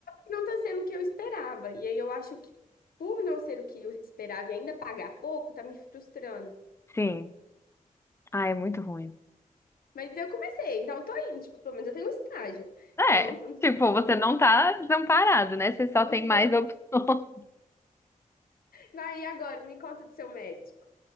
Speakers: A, on the left; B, on the left.
A: Não tá sendo o que eu esperava. E aí eu acho que por não ser o que eu esperava e ainda pagar pouco, tá me frustrando.
B: Sim. Ah, é muito ruim.
A: Mas eu comecei, então eu tô indo, tipo, pelo menos eu tenho um estágio.
B: É,
A: Não, não, tipo,
B: tipo, você não tá desamparado, né? Você só
A: não
B: tem
A: estou
B: mais opções. <laughs>
A: Vai, e agora? Me conta do seu médico.